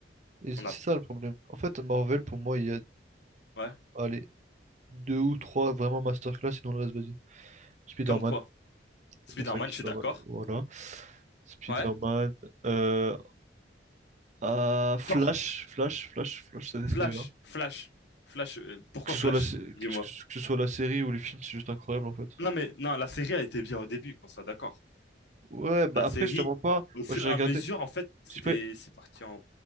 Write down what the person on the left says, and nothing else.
On a...
Ouais,
comme quoi? Spider-Man,
je suis d'accord.
Ouais.
Thor,
Flash,
Flash, Flash. euh, pourquoi
Flash?
Dis-moi.
Non, mais non, la série a été bien au début, qu'on soit d'accord.
La
série,
au fur
et à mesure, en fait, c'était,
c'est parti en...